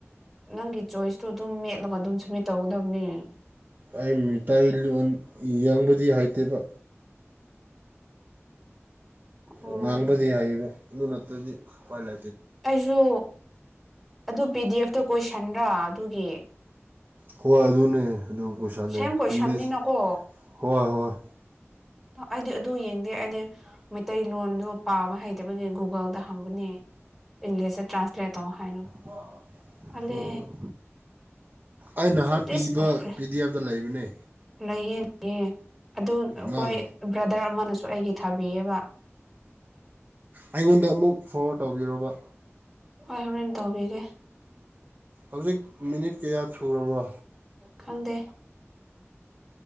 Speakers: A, in the centre; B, on the right.
A: ꯅꯪꯒꯤ ꯆꯣꯏꯁꯇꯣ ꯑꯗꯨꯝ ꯃꯦꯠꯂꯒ ꯑꯗꯨꯝ ꯁꯝꯃꯤꯠ ꯇꯧꯒꯗꯕꯅꯤ
B: ꯑꯩ ꯃꯤꯇꯥꯏ ꯂꯣꯟ ꯌꯦꯡꯕ ꯗꯤ ꯍꯥꯏꯇꯦꯕ
A: ꯑꯣ
B: ꯉꯥꯡꯕꯗꯤ ꯍꯥꯏꯌꯦꯕ ꯃꯅꯠꯇꯗꯤ ꯀꯋꯥꯂꯦ
A: ꯑꯩꯁꯨ ꯑꯗꯨ ꯄꯤꯗꯤ ꯑꯦꯐ ꯇ ꯀꯣꯏꯁꯟ꯭ꯔ ꯑꯗꯨꯒꯤ
B: ꯍ ꯑꯗꯨ ꯑꯗꯨꯅꯦ ꯑꯗꯨꯗꯣꯛ ꯄꯩꯁꯥꯅꯦ
A: ꯁꯦꯝ ꯀꯣꯏꯁꯟꯅꯤꯅꯀꯣ
B: ꯏꯪꯂꯤꯁ ꯍꯣꯏ ꯍꯣꯏ
A: ꯑꯩꯗꯤ ꯑꯗꯨ ꯌꯦꯡꯗꯦ ꯑꯩꯗꯤ ꯃꯩꯇꯩꯂꯣꯟꯗꯣ ꯄꯥꯕ ꯍꯩꯇꯕꯒꯤ ꯒꯨꯒꯜꯗ ꯍꯪꯕꯅꯦ ꯏꯪꯂꯤꯁꯇ ꯇ꯭ꯔꯥꯟꯁꯂꯦꯠ ꯇꯧ ꯍꯥꯏꯅ
B: ꯑꯣ
A: ꯑꯂꯦ
B: ꯑꯩ ꯅꯍꯥꯟ
A: ꯐꯨꯗꯤꯁ
B: ꯄꯤꯕ
A: ꯑꯣꯏꯈ꯭ꯔꯦ
B: ꯄꯤ ꯗꯤ ꯑꯦꯐꯇ ꯂꯩꯕꯅꯦ
A: ꯂꯩꯌꯦ ꯂꯩꯌꯦ ꯑꯗꯨ ꯑꯩꯈꯣꯏ
B: ꯅꯪ
A: ꯕ꯭ꯔꯗꯔ ꯑꯃꯅꯁꯨ ꯑꯩꯒꯤ ꯊꯥꯕꯤꯌꯦꯕ
B: ꯑꯩꯉꯣꯟꯗ ꯑꯃꯨꯛ ꯐꯣꯔꯋꯥꯔꯗ ꯇꯧꯕꯤꯔꯣꯔꯕ
A: ꯍꯣꯏ ꯍꯣꯔꯦꯟ ꯇꯧꯕꯤꯒꯦ
B: ꯍꯧꯖꯤꯛ ꯃꯤꯅꯤꯠ ꯀꯌꯥ ꯁꯨꯔꯕ
A: ꯈꯪꯗꯦ